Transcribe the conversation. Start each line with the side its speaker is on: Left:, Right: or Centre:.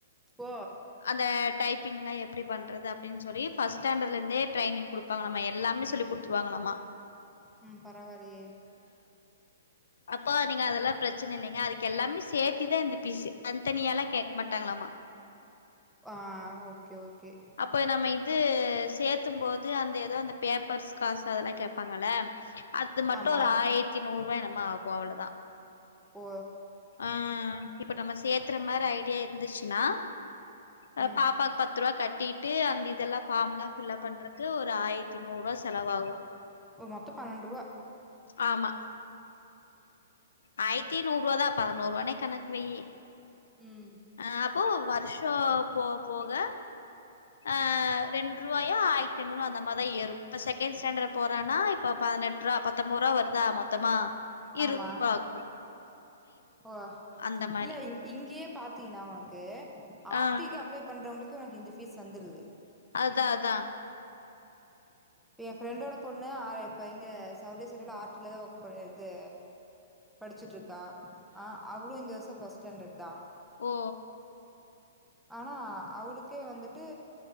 Centre: போ
Left: அந்த டைப்பிங்ல எப்டி பண்றது அப்டின் சொல்லி ஃபஸ்ட் ஸ்டாண்டர்ல இருந்தே ட்ரைனிங் குடு ப்பாங்லாமா எல்லாமே சொல்லி குடுத்துருவாங்லாமா
Centre: ம் பரவால்லையே
Left: அப்போ நீங்க அதெல்லா பிரச்சன இல்லைங்க அதுக்கு எல்லாமே சேர்த்திதா இந்த ஃபீஸ்சு தன்தனியலா கேட்க மாட் டாங்ளாமா
Centre: ஆ ஓகே ஓகே
Left: இப்ப நம்ம இது சேர்த்தும் போது அந்த ஏதோ அந்த பேப்பர்ஸ் காசு அதெல்லா கேட்பாங்கல அது மட்டு
Centre: ஆமா
Left: ஒரு ஆயிரத்தி நூறு ரூவா என்னமோ ஆகு அவ்ள தா
Centre: ஓ
Left: ஆ இப்ப நம்ம சேத்துற மாரி ஐடியா இருந்துச்சுன்னா அ
Centre: ம்
Left: பாப்பாக் பத்து ரூவா கட்டிட்டு அந்த இதெல்லா ஃபார்ம்லா ஃபில்லப் பண்றக்கு ஒரு ஆயி ரத்தி நூறு ரூவா செலவாகு
Centre: ஓ மொத்தோ பன்னெண்ட்ரூவா
Left: ஆமா ஆயிரத்தி நூறுரூவா தா பதினோறு ரூவானே கணக்கு வெய்யி
Centre: ம்
Left: அ அப்போ வர்ஷோ போ போக ஆ ரெண்ட் ரூவாயோ ஆயித்தி இருநூறு அந்த மார்தா ஏறு இப்ப செகண்ட் ஸ்சாண்டர்ட் போறான்னா இப்ப பதினெட்டு ரூவா பத்தெம்போரா வருதா மொத்தமா இருபது
Centre: ஆமா
Left: ரூபா ஆகு
Centre: ஓ
Left: அந்த மாரி
Centre: இல்ல இங் இங்கே பாத்தீனா உனக்கு ஆர்த்திக்கு
Left: ஆ
Centre: ஆர்டிகா பண்றவுங்களுக்கு உனக்கு இந்த ஃபீஸ் வந்துருது
Left: அதா அதா
Centre: இப்ப என் ஃப்ரெண்டோட பொண்ணு ஆ இப்ப இங்க சவுடேஸ்வரில ஆர்டில தா ஒர்க் பண் இது படிச்சுட்டுருக்கா ஆ அவுளு இந்த வர்ஷோ ஃபஸ்ட் ஸ்டாண்டர்ட் தா
Left: ஓ
Centre: ஆனா அவுளுக்கே வந்துட்டு